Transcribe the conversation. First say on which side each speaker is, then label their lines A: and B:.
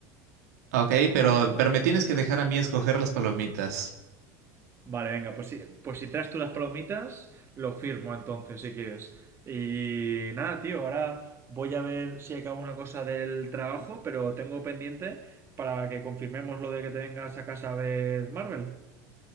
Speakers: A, on the right; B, on the right.
A: Ok, pero, pero me tienes que dejar a mí escoger las palomitas.
B: Vale, venga, pues si, pues si traes tú las palomitas, lo firmo entonces, si quieres. Y nada, tío, ahora voy a ver si acabo una cosa del trabajo, pero tengo pendiente para que confirmemos lo de que te vengas a casa a ver Marvel.